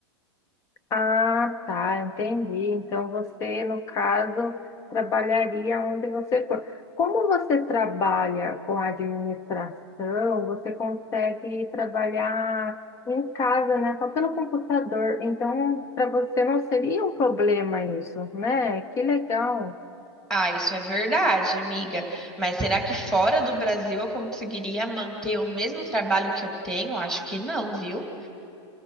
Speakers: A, on the left; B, in the centre.
A: Ah, tá, entendi. Então você, no caso, trabalharia onde você for. Como você trabalha com a administração, você consegue trabalhar em casa, né? Só pelo computador. Então, para você não seria um problema isso, né? Que legal.
B: Ah, isso é verdade, amiga. Mas será que fora do Brasil eu conseguiria manter o mesmo trabalho que eu tenho? Acho que não, viu?